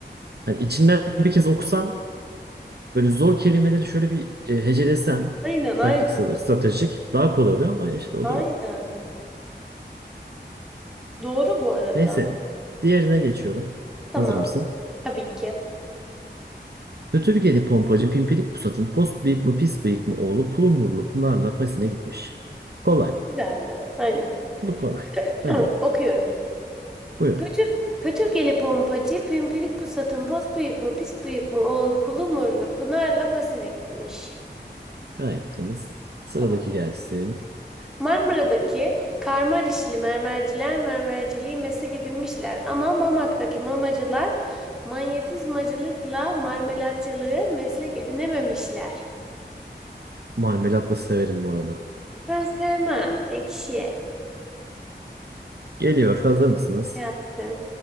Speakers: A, on the right; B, in the centre.
A: Hani içinden bir kez okusam böyle zor kelimeleri şöyle bir e, hecelesem
B: Aynen
A: taktiksel,
B: aynen.
A: stratejik daha kolay oluyor ama işte o
B: Aynen.
A: da
B: Doğru bu arada.
A: neyse. Diğerine geçiyorum.
B: Tamam.
A: Hazır mısın?
B: Tabii ki.
A: Götürgeli pompacı Pimpirik Pusat'ın post bıyık mı pis bıyık mı oğlu Pulumurlu Pınar'la Pasin'e gitmiş. Kolay mı?
B: Güzeldi. Aynen.
A: Bu kolay.
B: <clears throat>
A: Hadi bakalım.
B: Okuyorum.
A: Buyurun.
B: Pötür, pötürgeli pompacı, pimpirik pusatın pos büyük mü, pis büyük mü, oğlu pulu murlu, Pınar'la pasine gitmiş.
A: Gayet temiz. Sıradaki
B: Tamam.
A: gelsin.
B: Marmara'daki karmarişli mermerciler mermerciliği meslek edinmişler. Ama Mamak'taki mamacılar manyetizmacılıkla marmelatçılığı meslek edinememişler.
A: Marmelat da severim bu arada.
B: Ben sevmem. Ekşi.
A: Geliyor. Hazır mısınız?
B: Gelsin.